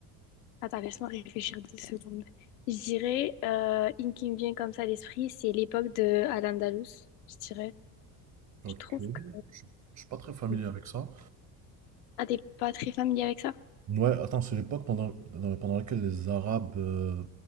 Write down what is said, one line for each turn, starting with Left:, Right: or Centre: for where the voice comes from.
Left: Attends, laisse-moi réfléchir deux secondes. Je dirais, euh, une qui me vient comme ça à l'esprit, c'est l'époque de Al-Andalus, je dirais.
Right: Ok.
Left: Je trouve que...
Right: Je, je suis pas très familier
Left: euh,
Right: avec ça.
Left: Ah, t'es pas très familier avec ça?
Right: Ouais, attends, c'est l'époque pendant, dans- pendant laquelle les Arabes euh,